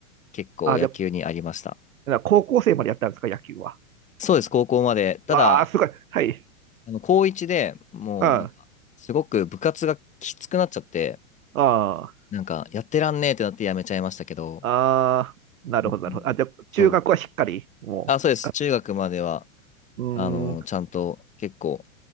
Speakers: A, on the left (about 20°); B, on the right (about 85°).
A: 結構野球にありました。
B: あ、じゃあ、高校生までやったんですか、野球は。
A: そうです、高校まで。ただ、
B: わあ、すごい。はい。
A: あの、高1でもう、
B: うん。
A: なんか、
B: あ
A: すごく部活がきつくなっちゃって、
B: あ、
A: なんか、やってらんねえってなってやめちゃいましたけど、
B: ああ、なるほど、
A: うん。
B: なるほど。あ、じゃあ、
A: そう。
B: 中学はしっかり、もう、
A: あ、そうです。中学までは、
B: うんう
A: あの、ちゃんと結構